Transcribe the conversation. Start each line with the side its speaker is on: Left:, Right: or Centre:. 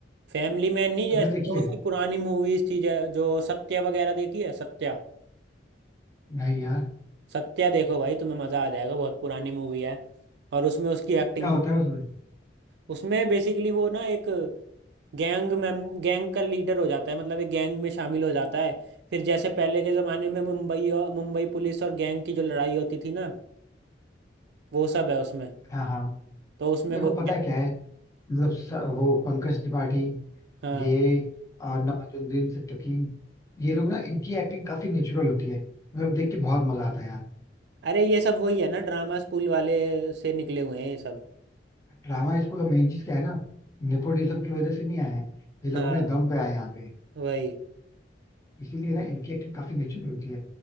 Right: फैमिली मैन नहीं जैसे
Left: तुमने देखी
Right: जो
Left: है
Right: उसकी पुरानी मूवीज थी जै- जो सत्या वगैरह देखी है सत्या
Left: नहीं यार
Right: सत्या देखो भाई तुम्हें मजा आ जाएगा बहुत पुरानी मूवी है और उसमें उसकी एक्टिंग
Left: क्या होता है उसमें
Right: उसमें बेसिकली वो ना एक गैंग में गैंग का लीडर हो जाता है मतलब एक गैंग में शामिल हो जाता है फिर जैसे पहले के जमाने में मुंबई और मुंबई पुलिस और गैंग की जो लड़ाई होती थी ना वो सब है उसमें
Left: हाँ हाँ
Right: तो उसमें
Left: देखो
Right: वो
Left: पता है क्या है मतलब स- वो पंकज त्रिपाठी
Right: हाँ
Left: ये आ, नवाजुद्दीन सिद्दीकी ये लोग ना इनकी एक्टिंग काफी नेचुरल होती है मतलब देख के बहुत मजा आता है यार
Right: अरे ये सब वही है ना ड्रामा स्कूल वाले से निकले हुए हैं ये सब
Left: ड्रामा स्कूल और मेन चीज क्या है ना नेपोटिज्म की वजह से नहीं आए हैं ये लोग
Right: हाँ
Left: अपने दम पे आए हैं यहाँ पे
Right: वही
Left: इसीलिए ना इनकी एक्टिंग काफी नेचुरल होती है